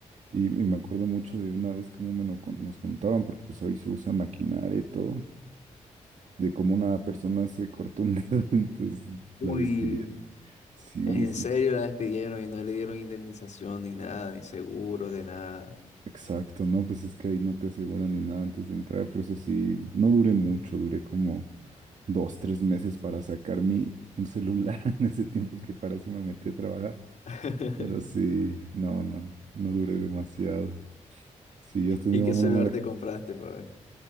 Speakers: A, on the right; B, on the left.
A: Y, y me acuerdo mucho de una vez que me lo con- nos contaban, porque pues hoy se usa maquinaria y todo de cómo una persona se cortó un dedo <laughs> y pues
B: Uy,
A: la despidieron. Sí,
B: en
A: sí,
B: serio
A: sí.
B: la despidieron y no le dieron indemnización ni nada, ni seguros de nada.
A: Exacto, no, pues es que ahí no te aseguran ni nada antes de entrar, por eso sí, no duré mucho, duré como dos, tres meses para sacar mi un celular <laughs> en ese tiempo que para eso me metí a trabajar,
B: <laughs>
A: pero sí, no, no, no duré demasiado. Si has tenido
B: ¿Y qué
A: una
B: celular
A: mala
B: te compraste, papi?